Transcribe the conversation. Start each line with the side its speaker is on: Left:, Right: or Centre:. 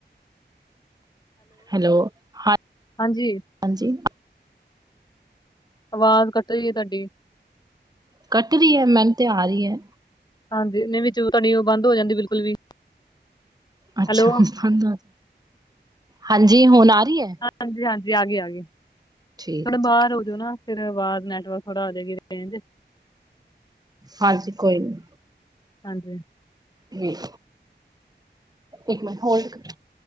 Right: ਹੈਲੋ, ਹਾਂ
Left: ਹਾਂਜੀ
Right: ਹਾਂਜੀ।
Left: ਆਵਾਜ਼ ਕੱਟ ਰਹੀ ਐ, ਤੁਹਾਡੀ।
Right: ਕੱਟ ਰਹੀ ਐ, ਮੈਨੂੰ ਤੇ ਆ ਰਹੀ ਐ।
Left: ਹਾਂਜੀ, ਨਈ ਵਿਚ ਤੁਹਾਡੀ ਉਹ ਬੰਦ ਹੋ ਜਾਂਦੀ ਬਿਲਕੁਲ ਵੀ।
Right: ਅੱਛਾ
Left: ਹੈਲੋ
Right: ਬੰਦ ਹੋ, ਹਾਂਜੀ ਹੁਣ ਆ ਰਹੀ ਐ?
Left: ਹਾਂਜੀ ਹਾਂਜੀ, ਆ ਗੀ ਆ ਗੀ, ਥੋੜਾ
Right: ਠੀਕ ਹੈ ਠੀਕ
Left: ਬਾਹਰ
Right: ਹੈ
Left: ਹੋ ਜਾਓ ਨਾ। ਫੇਰ ਆਵਾਜ਼ ਨੈਟਵਰਕ ਥੋੜਾ, ਆ ਜਾਵੇਗੀ ਰੇਂਜ।
Right: ਹਾਂਜੀ, ਕੋਈ ਨੀ।
Left: ਹਾਂਜੀ।
Right: ਜੀ, ਇੱਕ ਮਿੰਟ ਹੋਲਡ ਕਰੌ